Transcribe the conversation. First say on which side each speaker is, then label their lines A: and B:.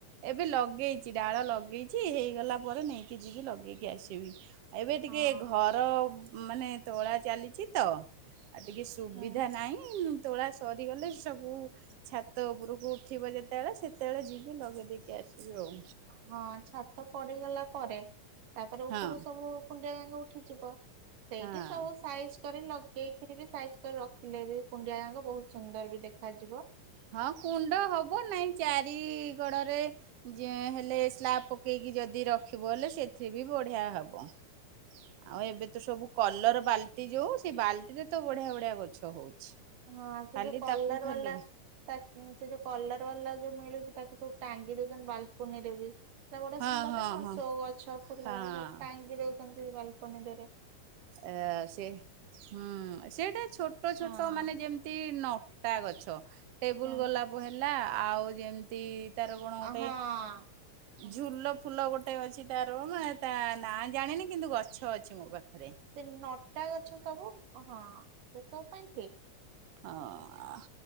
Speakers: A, on the right; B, on the right.
A: ଏବେ ଲଗେଇଛି। ଛି ଡାଳ ଲଗେଇଛିି ହେଇଗଲା ପରେ ନେଇକି ଯିବି ଲଗେଇକି ଆସିବି ଏବେ ଟିକେ
B: ହଁ
A: ଘ ଘର ମାନେ ତୋଳା ଚାଲିଛି ତ ଆଉ ଟିକେ ସୁବିଧା
B: ହୁଁ
A: ନାହିଁ ତୋଳା ସରିଗଲେ ସବୁ ଛାତ ଉପରକୁ ଉଠିବ ଯେତେ ବେଳେ ସେତେ ବେଳେ ଯିବି ଲଗେଇ ଦେଇକି ଆସିବି ଆଉ।
B: ହଁ ଛାତ ପଡିଗଲା ପରେ ତାପରେ ଉପରୁ
A: ହଁ
B: ସବୁ କୁଣ୍ଡିଆ ଯାଙ୍ଗ ଉଠିଯିବ ସେଇଠି
A: ହଁ
B: ସବୁ ସାଇଜ ଛାତରେ ଲଗେଇକିରି ବି ସାଇଜ କରି ରଖିଲେ ବି କୁଣ୍ଡିଆ ଯାକ ବହୁତ ସୁନ୍ଦର ବି ଦେଖାଯିବ।
A: ହଁ କୁଣ୍ଡ ହବ ନାଇଁ ଚାରିଗଡରେ ଯେ ହେଲେ ସ୍ଲାବ ପକେଇକି ଯଦି ରଖିବ ହେଲେ ସେଥିରେ ବି ବଢିଆ ହବ। ଆଉ ଏବେ ତ ସବୁ କଲର ବାଲ୍ଟି ଯୋଉ ସେ ବାଲ୍ଟିରେ ତ ବଢିଆ ବଢିଆ ଗଛ ହଉଛି।
B: ହଁ ସେ
A: ଖାଲି
B: ଯୋଉ କଲର
A: ତାକୁ ଖାଲି
B: ବାଲା ତା ସେ ଯୋଉ କଲର ବାଲା ଯୋଉ ମିଳୁଛି ତାକୁ ସବୁ ଟାଙ୍ଗି ଦଉଛନ୍ତି ବାଲକୁନିରେ ବି। ସେ ଗୁଡା
A: ହଁ
B: ସୁନ୍ଦର
A: ହଁ
B: ଦେଖା
A: ହଁ
B: ସୋ ଗଛ ଫୁଲ
A: ହଁ
B: ସବୁ ଟାଙ୍କି ଦେଉଛନ୍ତି ବାଲକୋନିଡେ ରେ।
A: ଏ ସେ ହୁଁ ସେଟା ଛୋଟ ଛୋଟ
B: ହଁ
A: ମାନେ ଯେମିତି ନ ଲତା ଗଛ ଟେବୁଲ
B: ହୁଁ
A: ଗୋଲାପ ହେଲା ଆଉ ଯେମିତି ତାର କଣ ଗୋଟେ
B: ହଁ। ହଁ।
A: ଝୁଲ ଫୁଲ ଗୋଟ ଗୋଟେ ଅଛି ତାର ନାଁ ତା ନାଁ ଜାଣିନି କିନ୍ତୁ ଗଛ ଅଛି ମୋ ପାଖରେ।
B: ସେ ନଟା ଗଛ ସବୁ ହଁ ସେ ସବୁ ପାଇଁ ଠିକ୍।
A: ହଁ